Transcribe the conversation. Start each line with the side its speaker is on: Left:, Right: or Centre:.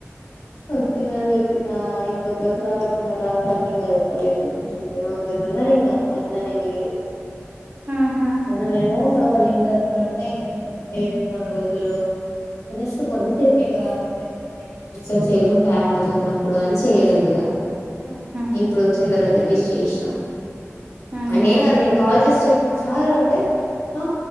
Left: వచ్చినా అని చెప్పిన ఇంకోక సార్ ఉన్నాడు ఆ సార్ కి ఇంకా చెప్పలేదు. అట్లున్నది ఇంకా అట్లనే మిగిలి
Right: ఆహా
Left: మనమేమో వాళ్ళ ఇంటిదగ్గర ఉం. టె ఉండేది కొన్ని రోజులు జస్ట్ కొద్దిసేపేగా ఉండేది ఉండేది. చేయలే ఫ్యామిలీతో ఉన్నప్పుడు అని చేయలేదు ఇగా
Right: ఆహా
Left: ఇప్పుడు వచ్చిన తర్వాత. విష్ చేసిన
Right: ఆహా
Left: ఆ నేను కాదు నేను కాల్ చేసి. చెప్ సారు అంటే ఆ